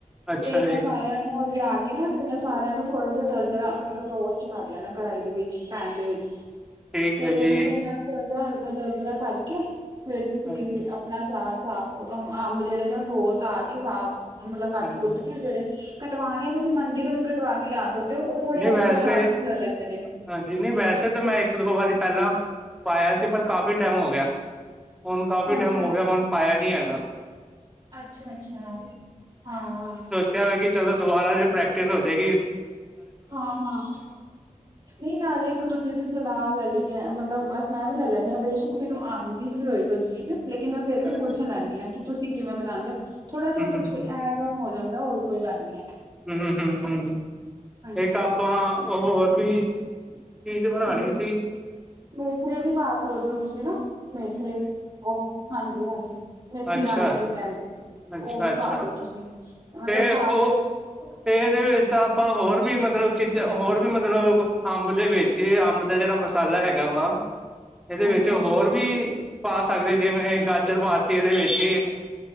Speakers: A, in the centre; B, on the right.
A: ਅੱਛਾ
B: ਤੇ ਇਹਨਾਂ
A: ਜੀ
B: ਸਾਰਿਆਂ ਉਹ ਲਿਆ ਕੇ ਨਾ ਏਨਾ ਸਾਰਿਆਂ ਨੂੰ ਥੋੜਾ ਜਿਹਾ ਦਰਦਰਾ ਮਤਲਬ ਰੋਸਟ ਕਰ ਲੈਣਾ ਕੜਾਹੀ ਦੇ ਵਿੱਚ। ਪੈਨ ਦੇ ਵਿੱਚ।
A: ਠੀਕ
B: ਤੇ
A: ਹੈ ਜੀ
B: ਫੇਰ ਨਾਲ ਥੋੜ੍ਹਾ ਜਿਹਾ ਹਲਕਾ ਦਰ ਦਰਾ ਕਰਕੇ ਫੇਰ ਤੁਸੀਂ
A: ਹਾਂਜੀ
B: ਅਪ ਪਣਾ ਚਾਰ ਸਾਫ਼ ਅ ਅੰਬ ਜਿਹੜੇ ਨੇ ਉਹ ਧੋ -ਧਾ ਕੇ ਸਾਫ ਮਤਲਬ ਕੱਟ-ਕੁੱਟ
A: ਹਾਂਜੀ
B: ਕੇ ਜਿਹੜੇ ਕਟਵਾਉਣੇ ਆ ਤੁਸੀਂ ਮੰਡੀ ਤੋਂ ਵੀ ਕਟਵਾ ਕੇ ਲਿਆ ਸਕਦੇ ਹੋ ਉਹ ਥੋੜ੍ਹੇ
A: ਨਹੀਂ
B: ਐਕਸਟਰਾ
A: ਵੈਸੇ
B: ਚਾਰਜ ਲੈ ਲੈਂਦੇ ਨੇ।
A: ਨਹੀਂ ਵੈਸੇ ਤਾਂ ਮੈਂ ਇੱਕ-ਦੋ ਵਾਰੀ ਪਹਿਲਾਂ ਪਾਇਆ ਸੀ ਪਰ ਕਾਫੀ ਟਾਈਮ ਹੋ ਗਿਆ ਹੁਣ ਕਾਫੀ
B: ਹਾਂਜੀ
A: ਟਾਈਮ
B: ਹਾਂਜੀ
A: ਹੋ ਗਿਆ ਹੁਣ ਪਾਇਆ ਨਹੀ ਹੈਗਾ
B: ਅੱਛਾ-ਅੱਛਾ ਹਾਂ।
A: ਚਲੋ ਕਿ ਚਲੋ ਦੁਬਾਰਾ ਜੇ ਪ੍ਰੈਕਟਿਸ ਹੌਜੇਗੀ।
B: ਹਾਂ ਹਾਂ। ਨਹੀਂ, ਨਾਲੇ ਇੱਕ ਦੂਜੇ ਦੀ ਸਲਾਹ ਲੈ ਲਈ ਦੀ ਆ, ਮਤਲਬ ਅ ਮੈਂ ਵੀ ਲੈ ਲੇਂਦੀ ਆ, ਬੇਸ਼ੱਕ- ਮੈਨੂੰ ਆਂਦੀ ਵੀ ਹੋਏ ਕੋਈ ਚੀਜ਼। ਲੇਕਿਨ ਮੈਂ ਫੇਰ ਵੀ
A: ਹਮ
B: ਪੁੱਛਣ ਲੈਂਦੀ ਆ ਕਿ ਤੁਸੀਂ ਕਿਵੇਂ ਬਣਾਉਦੇ ਹੋ, ਥੋੜਾ ਜਿਹਾ
A: ਹਮ
B: ਉਹਦੇ 'ਚ ਵੀ ਐਡ ਹੋ ਜਾਂਦਾ ਹੋਰ ਕੋਈ ਗੱਲ ਨੀ ਹੈ।
A: ਹੂੰ-ਹੂੰ-ਹੂੰ
B: ਹਾਂਜੀ-ਹਾਂਜੀ।
A: ਇੱਕ ਆਪਾਂ ਹੋਰ ਵੀ ਚੀਜ਼ ਬਣਾਣੀ
B: ਹਾਂਜੀ, ਹਾਂਜੀ
A: ਸੀ।
B: ਮੇਥਰੇ ਵੀ ਪਾ ਸਕਦੇ ਹੋ ਤੁਸੀਂ ਨਾ, ਮੇਥਰੇ, ਉਹ ਹਾਂਜੀ- ਹਾਂਜੀ। ਮੇਥੀ
A: ਅੱਛਾ
B: ਦਾਾਨ ਜਿਹਨੂੰ ਕਹਿੰਦੇ।
A: ਅੱਛਾ
B: ਉਹ ਵੀ
A: ਅੱਛਾ
B: ਪਾ ਦੋ ਤੁਸੀਂ ਮਤਲਬ
A: ਤੇ
B: ਸਾਰਾ
A: ਉਹ ਤੇ ਇਹਦੇ ਵਿੱਚ ਤਾਂ ਆਪਾਂ, ਹੋਰ ਵੀ ਮਤਲਬ ਚੀਜ਼ਾਂ, ਹੋਰ ਵੀ ਮਤਲਬ ਅੰਬ ਦੇ ਵਿੱਚ ਜੇ ਅੰਬ ਦਾ ਜਿਹੜਾ ਮਸਾਲਾ ਹੈਗਾ ਵਾ। ਇਹਦੇ
B: ਹਾਂਜੀ-ਹਾਂਜੀ।
A: ਵਿੱਚ ਹੋਰ ਵੀ, ਪਾ ਸਕਦੇ ਜਿਵੇਂ ਗਾਜਰ ਪਾਤੀ ਇਹਦੇ ਵਿੱਚ ਹੀ